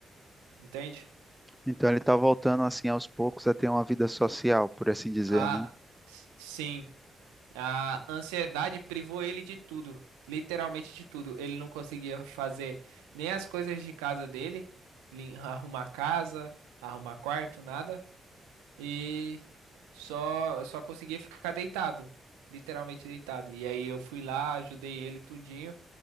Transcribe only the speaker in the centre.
Então ele está voltando, assim, aos poucos a ter uma vida social, por assim dizer,
né?